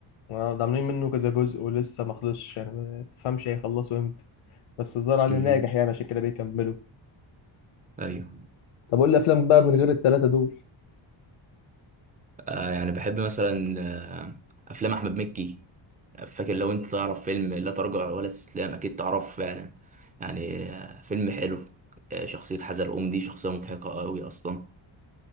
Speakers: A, on the left; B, on the right.
A: اه ده عاملين منه كذا جزء ولسه ما خلصش يعني ما تفهمش هيخلصوا امتى بس الظاهر عليه
B: امم
A: ناجح يعني عشان كده بيكملوا
B: ايوه
A: طب قول لي افلام بقى من غير الثلاثه دول
B: آه يعني بحب مثلا آه افلام احمد مكي فاكر لو انت تعرف فيلم لا تراجع ولا استسلام اكيد تعرفه فعلا يعني آه فيلم حلو آه شخصية حزلقوم دي شخصية مضحكة قوي اصلا